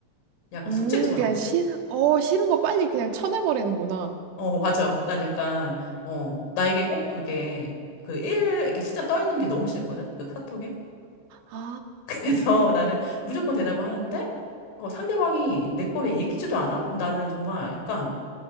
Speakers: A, on the left; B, on the right.
A: 약간
B: 음,
A: 숙제처럼.
B: 그냥 싫은, 어, 싫은 거 빨리 그냥 쳐내버리는구나.
A: 어, 맞아. 난 약간, 어, 나에게 꼭 그게 그 일 이렇게 숫자 떠 있는 게 너무 싫거든. 그 카톡에.
B: 아,
A: 그래서 <laughs> 나는 무조건 대답을 하는데, 어, 상대방이 내 거를 읽지도 않아? 그럼 나는 정말 약간